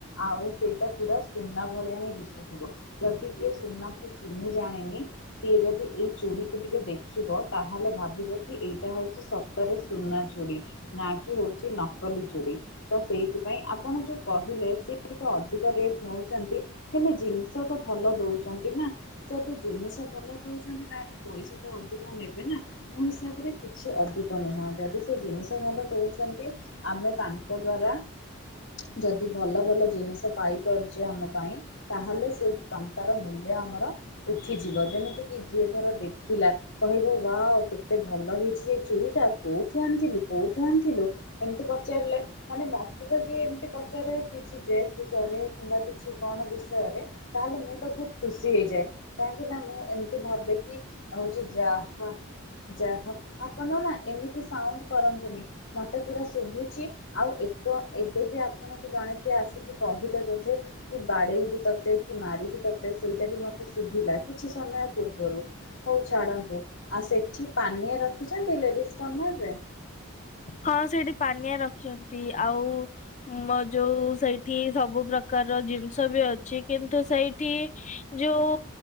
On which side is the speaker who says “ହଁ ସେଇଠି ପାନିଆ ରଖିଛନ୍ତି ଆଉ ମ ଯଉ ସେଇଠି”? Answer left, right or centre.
Left